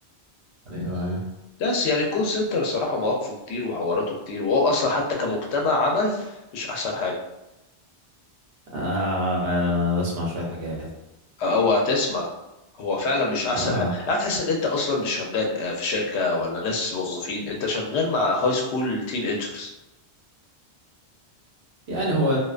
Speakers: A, on the right; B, on the left.
A: ايوه أيوة.
B: بس يعني الكول سنتر الصراحة مواقفه كتير وحواراته كتير وهو اصلا حتى كمجتمع عمل مش احسن حاجة
A: آه انا بسمع شوية حاجات
B: هو هتسمع هو فعلا مش
A: اه
B: احسن حاجه هتحس ان انت اصلا مش شغال آه، في شركه ولا ناس موظفين انت شغال مع هاي سكول تين ايجرز
A: يعني هو